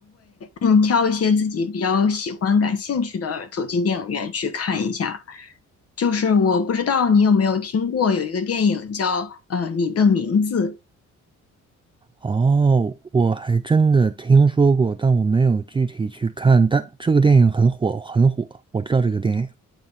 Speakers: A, on the left; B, on the right.
A: 以你挑一些自己比较喜欢、感兴趣的，走进电影院去看一下。就是我不知道你有没有听过有一个电影叫呃《你的名字》，
B: 哦，我还真的听说过，但我没有具体去看。但这个电影很火，很火，我知道这个电影。